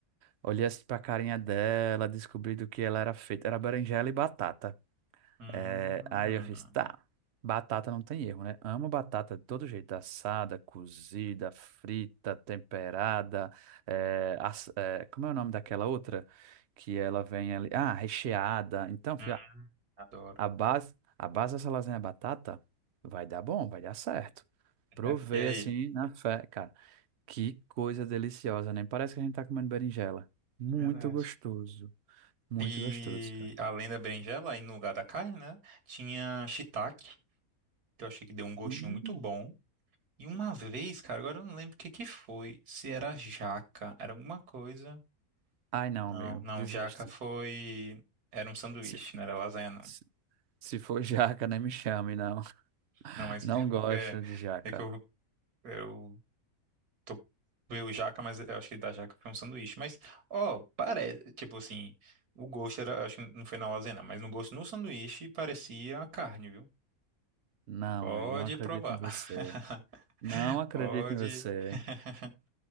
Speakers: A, on the right; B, on the right.
A: Olhei assim pra carinha dela, descobri do que ela era feita. Era berinjela e batata.
B: Hum,
A: É, aí eu fiz, tá, batata não tem erro, né? Amo batata de todo jeito, assada, cozida, frita, temperada. é, ass- é, como é o nome daquela outra? Que ela vem ali. Ah, recheada. Então,
B: hum, adoro.
A: a base, a base dessa lasanha é batata vai dar bom, vai dar certo.
B: <laughs>
A: Provei
B: E aí?
A: assim na fé, cara. Que coisa deliciosa, nem parece que a gente tá comendo berinjela. Muito
B: Verdade.
A: gostoso, muito
B: E
A: gostoso, cara.
B: além da berinjela, aí no lugar da carne, né? Tinha shiitake, que eu achei que deu um gostinho
A: Hum.
B: muito bom. E uma vez, cara, agora eu não lembro o que que foi. Se era jaca, era alguma coisa.
A: Ai, não,
B: Não,
A: amigo,
B: não,
A: desisto.
B: jaca foi. Era um sanduíche,
A: Se,
B: não era lasanha, não.
A: se, se for <laughs> jaca, nem me chame, não. <laughs>
B: Não, mas
A: Não gosto
B: é,
A: de jaca.
B: é que eu, eu tô veio jaca, mas eu acho que da jaca foi um sanduíche. Mas, ó, parece, tipo assim, o gosto era, acho que não foi na lasanha, não, mas no gosto no sanduíche parecia a carne, viu?
A: Não,
B: Pode
A: amigo, não acredito
B: provar.
A: em você.
B: <laughs>
A: Não acredito
B: Pode.
A: em você.
B: <laughs>